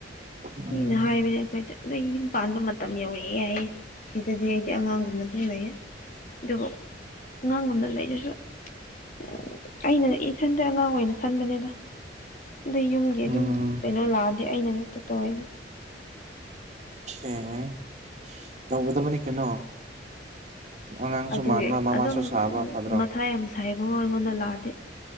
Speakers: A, on the right; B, on the left.
A: ꯎꯝ
B: ꯃꯤꯅ ꯍꯥꯏꯕꯅꯦ ꯑꯩꯈꯣꯏꯗ ꯅꯣꯏ ꯌꯨꯝ ꯄꯥꯟꯕ ꯃꯇꯝ ꯌꯧꯔꯛꯑꯦ ꯍꯥꯏꯌꯦ ꯁꯤꯗꯗꯤ ꯑꯩꯗꯤ ꯑꯉꯥꯡꯒꯨꯝꯅ ꯑꯗꯨꯝ ꯂꯩꯌꯦ ꯗꯣ ꯑꯉꯥꯡ ꯒꯨꯝꯅ ꯂꯩꯔꯁꯨ ꯁꯨ ꯎꯝ ꯑꯩꯅ ꯏꯊꯟꯇ ꯑꯉꯥꯡ ꯑꯣꯏꯅ ꯈꯟꯕꯅꯦꯗ ꯑꯗꯨꯏ ꯌꯨꯝꯒꯤ
A: ꯎꯝ
B: ꯑꯗꯨꯝ ꯀꯩꯅꯣ ꯂꯥꯛꯑꯗꯤ ꯑꯩꯅ ꯉꯥꯛꯇ ꯇꯧꯋꯦꯗ
A: ꯑꯣꯛꯈꯦ ꯇꯧꯒꯗꯕꯅꯤ ꯀꯩꯅꯣ ꯑꯉꯥꯡꯁꯨ
B: ꯑꯗꯨꯒꯤ
A: ꯃꯥꯟꯕ ꯃꯃꯥꯁꯨ
B: ꯑꯗꯨꯝ
A: ꯁꯥꯕ ꯐꯗ꯭ꯔꯣ
B: ꯃꯊꯥ ꯌꯥꯝ ꯁꯥꯏꯌꯦꯕꯀꯣ ꯑꯩꯉꯣꯟꯗ ꯂꯥꯛꯑꯗꯤ